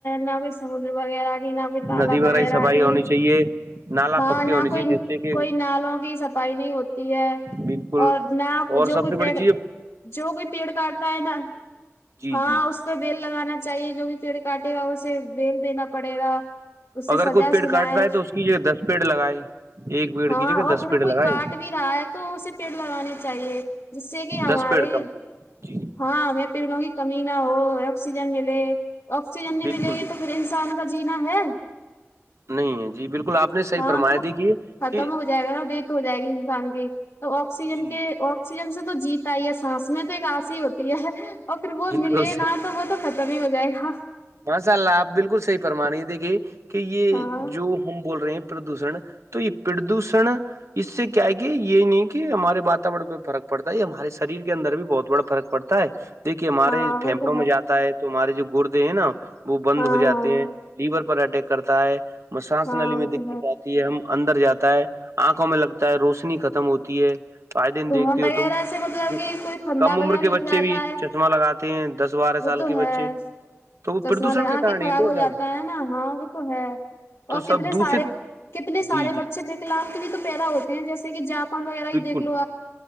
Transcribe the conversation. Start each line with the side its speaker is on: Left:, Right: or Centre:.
Left: نہ بئی سملی وغیرہ آ گ نہ ب تال
Right: ندی
Left: وغیرہ
Right: کی صفائی
Left: آ گھی
Right: ہونی چاہیے نالا
Left: ہاں
Right: پکے
Left: نہ
Right: ہونی
Left: کوئی
Right: چاہیے جس سے کہ
Left: کوئی نالوں کی صفائی نہیں ہوتی ہے
Right: بالکل
Left: اور نہ
Right: اور
Left: جو
Right: سب
Left: کوئی
Right: سے
Left: پیڑ
Right: بڑی چیز ہے
Left: جو کوئی پیڑ کاٹتا ہے نا
Right: جی
Left: ہاں
Right: جی
Left: اس اس پہ بیل لگانا چاہیے جو بھی پیڑ کاٹے گا اسے بیل دینا پڑے گا اس سے
Right: اگر
Left: سجا
Right: کوئی پیڑ
Left: سنا
Right: کاٹ
Left: ہے
Right: رہا تو اس کی جگہ دس پیڑ لگائے ایک پیڑ
Left: ہاں
Right: کی جگہ
Left: اور
Right: دس
Left: پھر
Right: پیڑ
Left: وہ کوئی
Right: لگائے
Left: کاٹ بھی رہا ہے تو اسے پیڑ لگانے چاہیے جس سے کہ ہمارے
Right: دس پیڑ کم سے کم جی
Left: ہاں میں پیڑوں کی کمی نہ ہو آکسیجن ملے آکسیجن نہیں
Right: بالکل
Left: ملے گی تو پھر انسان کا جینا ہے
Right: نہیں ہے جی بالکل آپ نے صحیح
Left: ہاں
Right: فرما
Left: تو وہ
Right: دی کی
Left: ختم
Right: کہ
Left: ہو جائے گا نا ڈیتھ ہو جائے گی انسان کی تو آکسیجن
Right: جی
Left: کے
Right: جی
Left: آکسیجن سے تو جیت یہ سانس میں تو ایک آسی ہی ہوتی ہے اور پھر وہ
Right: بالکل
Left: ملے نہا تو وہ تو ختم ہی ہو جائے گا
Right: ماساء اللہ آپ بالکل صحیح فرم رہے دیکھیے کہ یہ
Left: ہاں
Right: جو ہم بول رہے ہیں پردوشن تو یہ پردوشن اس سے کیا ہے کہ یہ نہیں کہ ہمارے واتاورن پہ فرق پڑتا ہے یہ ہمارے شریر کے اندر بھی بہت بڑا فرق پڑتا ہے تا ہے دیکھیے ہمارے
Left: ہاں
Right: پھیپڑوں
Left: وہ تو
Right: میں جاتا ہے تو ہمارے جو گردے ہیں نا وہ بند
Left: ہاں
Right: ہو جاتے
Left: ہاں
Right: ہیں لیور پر اٹیک کرتا ہے سانس
Left: ہاں
Right: نلیی
Left: وہ
Right: میں دقت
Left: تو
Right: آتی ہے ہم اندر جاتا ہے آنکھوں میں لگتا ہے روشنی ختم ہوتی ہے آئے دن
Left: دھواں
Right: دیکھتی
Left: وغیرہ
Right: ہو تم
Left: سے مطلب
Right: جو
Left: کہ کوئی پھندا
Right: کم
Left: وغیرہ
Right: عمر کے
Left: لگ
Right: بچے
Left: جاتا
Right: بھی
Left: ہے
Right: چشمہ لگاتی ہیں دس بارہ
Left: وہ
Right: سال
Left: تو
Right: کی
Left: ہے
Right: بچے تو وہ
Left: چشمہ
Right: پردوشن
Left: ل آ
Right: کارن
Left: کے خراب
Right: ہی تو
Left: ہو
Right: سب
Left: جاتا ہے نا ہاں وہ تو ہے
Right: تو
Left: اور کتنے
Right: سب دوشت
Left: سارے کتنے سارے
Right: جی جی
Left: بچے دیکھلام کے بھی تو پیدا ہوتے ہیں جیسے کہ جاپان وغیرہ ہی
Right: بالکل
Left: دیکھ لو